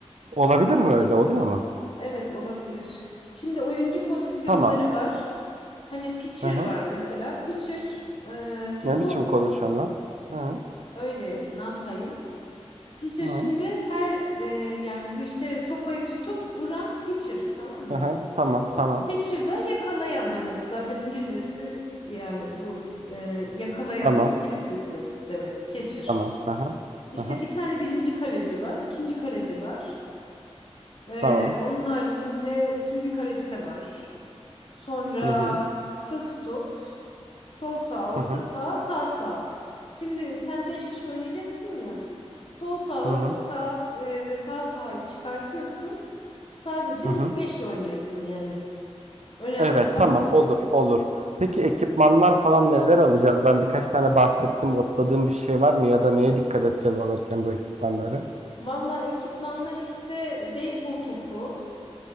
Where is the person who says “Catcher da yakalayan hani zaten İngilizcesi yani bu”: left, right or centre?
Left